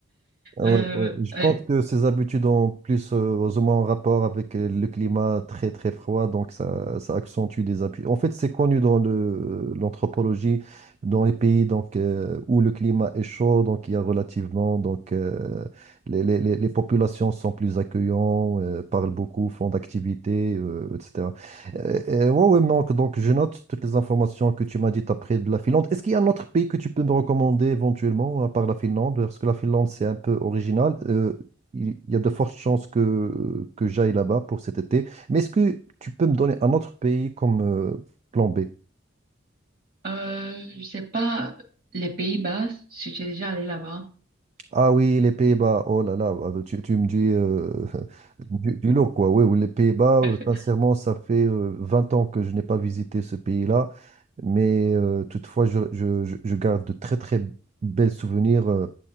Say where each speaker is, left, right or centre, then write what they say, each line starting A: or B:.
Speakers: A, on the right; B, on the right.
A: Ah
B: Euh,
A: Oui, oui. Je pense
B: euh,
A: que ces habitudes ont plus euh, ou moins en rapport avec euh, le climat très très froid, donc ça, ça accentue les appuis. En fait, c'est connu dans le, l'anthropologie, dans les pays donc, euh, où le climat est chaud, donc il y a relativement, donc euh, les, les, les les populations sont plus accueillantes, euh, parlent beaucoup, font d'activités, euh, etc. Euh, euh, ouais, ouais, manque. donc je note toutes les informations que tu m'as dites après de la Finlande. Est-ce qu'il y a un autre pays que tu peux me recommander éventuellement, à part la Finlande? Parce que la Finlande, c'est un peu original. Euh, il il y a de fortes chances que, que j'aille là-bas pour cet été. Mais est-ce que tu peux me donner un autre pays comme euh, plan B?
B: euh, je sais pas, les Pays-Bas, si tu es déjà allé là-bas.
A: Ah oui, les Pays-Bas, oh là là, ah, tu, tu me dis euh, <laughs> du, du lourd, quoi. Oui, oui, les Pays-Bas,
B: <laughs>
A: euh, sincèrement, ça fait euh, 20 ans que je n'ai pas visité ce pays-là, mais euh, toutefois, je, je- je- je garde de très, très belles souvenirs, euh,